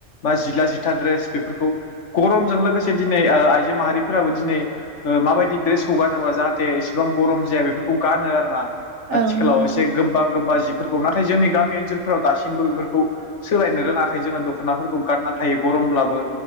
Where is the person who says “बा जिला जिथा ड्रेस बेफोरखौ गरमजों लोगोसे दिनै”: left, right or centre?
Left